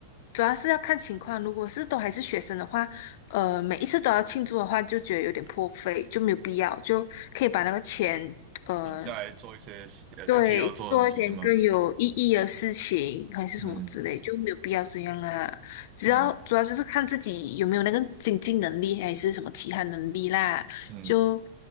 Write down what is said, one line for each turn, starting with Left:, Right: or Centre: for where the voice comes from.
Left: 主要是要看情况，如果是都还是学生的话，呃，每一次都要庆祝的话，就觉得有点破费，就没有必要，就可以把那个钱，呃，
Right: 省下来做一些呃自己要做的东西是吗？
Left: 对，做一点更有意义的事情，还是什么之类，
Right: 嗯
Left: 就没有必要这样啊。只要主要就是看自己有没有那个经济能力，
Right: 嗯
Left: 还是什么其他能力啦，
Right: 嗯，
Left: 就